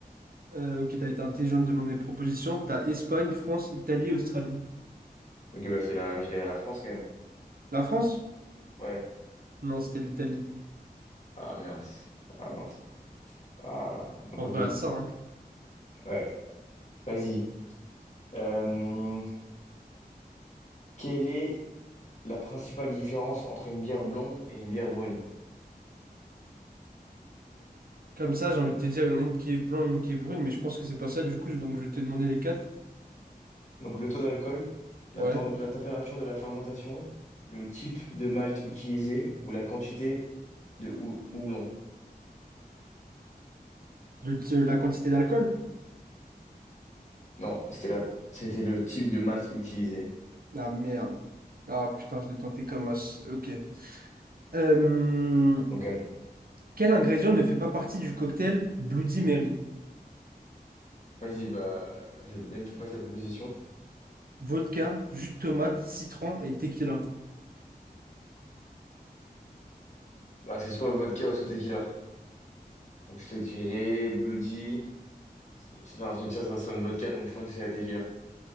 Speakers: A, on the right; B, on the left.
A: Euh, ok, t'as été intelligent de demander des propositions. T'as Espagne, France, Italie, Australie.
B: Ok, bah c'est la, je dirais la France quand même.
A: La France?
B: Ouais.
A: Non, c'était l'Italie.
B: Ah mince. Ah mince. Ah là. Bon,
A: En
B: tant
A: vrai, à ça, hein.
B: Ouais. Vas-y. Euh, quelle est la principale différence entre une bière blonde et une bière brune?
A: Comme ça, j'ai envie de te dire, il y en a une qui est blanche, une qui est brune, mais je pense que c'est pas ça du coup, donc je vais te demander les quatre.
B: Donc le taux d'alcool, la,
A: Ouais.
B: tem- la température de la fermentation, le type de malt utilisé ou la quantité de hou- houblon.
A: Le, euh, la quantité d'alcool?
B: Non, c'était la, c'était le type de malt utilisé.
A: Ah merde. Ah putain, je l'ai tenté comme os. Ok. Euh,
B: Donc calme.
A: quel ingrédient ne fait pas partie du cocktail Bloody Mary?
B: Vas-y, bah, je veux bien que tu me passes les propositions.
A: Vodka, jus de tomate, citron et tequila.
B: Bah, c'est soit vodka ou soit tequila. Donc, je te dirais Bloody. C'est un truc, ça, ça sonne vodka, donc je pense que c'est la tequila.